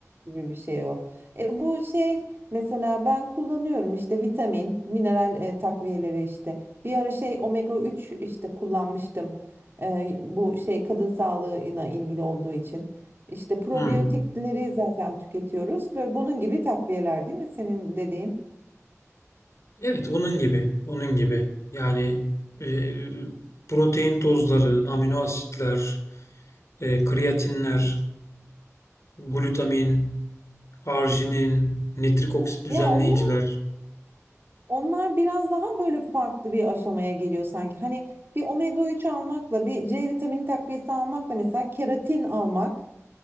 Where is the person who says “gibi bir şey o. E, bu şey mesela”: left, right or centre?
Right